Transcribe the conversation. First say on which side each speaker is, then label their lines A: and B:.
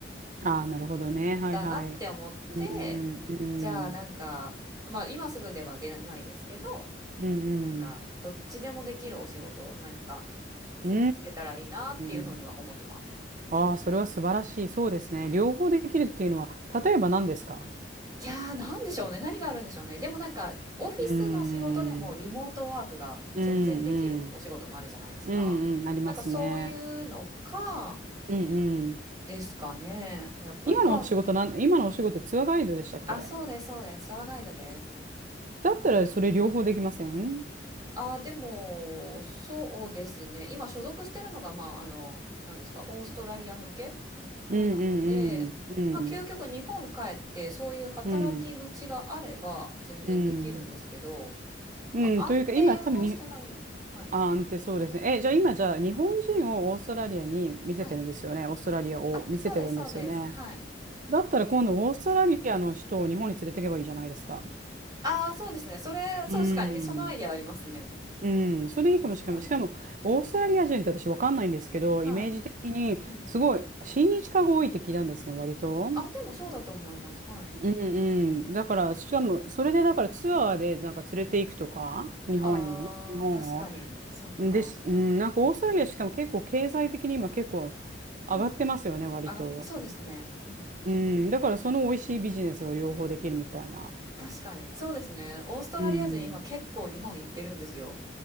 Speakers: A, on the right; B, on the right.
A: ああ、なるほどね。はいはい。
B: だなって思って。
A: うんう
B: じゃあなんか、
A: ん。
B: まあ今すぐでは出ないですけど、
A: うんうん。
B: なんかどっちでもできるお仕事、何か
A: うー
B: につけたらいいなっていうふうには思ってます。
A: ん。ああ、それは素晴らしい。そうですね。両方できるっていうのは、例えば何ですか
B: いやー、なんでしょうね。何があるんでしょうね。でもなんか、オフィスの仕事でもリモートワークが全然できるお仕事もあるじゃないですか。
A: うーん。うんうん。うんうん。ありますね。
B: なんかそういうのか、
A: うんうん。
B: ですかね。やっぱりか、
A: 今のお仕事なん、
B: う
A: 今のお仕事ツアーガイドでしたっけ
B: んあ、そうです、そうです。ツアーガイドです。
A: だったらそれ両方できません
B: ああ、でも、そうですね。今所属してるのが、まあ、あの、何ですか、オーストラリア向けのなので、
A: うんうんうん。
B: まあ、究極日本帰って、そういう働き口があれば、
A: うん。
B: 全然できるんですけど、
A: うん。うん。
B: まあ、安定はしてない。
A: というか、今多分に、
B: はい。
A: あーんってそうですね。え、じゃあ今じゃあ日本人をオーストラリアに見せてるんですよね。
B: はい。
A: オーストラリアを見せてるんですよね。
B: あ、そうです、そうです。はい。
A: だったら今度オーストラリアの人を日本に連れてけばいいじゃないですか。
B: ああ、そうですね。それ、そう確かに、
A: うん。
B: そのアイデアありますね。
A: うん、それいいかもしれない。
B: 確かに。
A: しかも、オーストラリア人って私わかんないんですけど、
B: はい。
A: イメージ的にすごい親日家が多いって聞いたんですね、
B: うん。
A: 割と。
B: あ、でもそうだと思います。はい。
A: うんうん。だから、しかも、それでだからツアーでなんか連れて行くとか、日本に、
B: ああ、
A: 日本を。
B: 確かに。そっか。
A: で、しうん、なんかオーストラリアしかも結構経済的に今結構上がってますよね、
B: うんうん。
A: 割と。
B: あがそうですね。うん。
A: うん、だからその美味しいビジネスを両方できるみたいな。
B: 確かに。そうですね。オーストラリア人、
A: うん。
B: 今結構日本行ってるんですよ。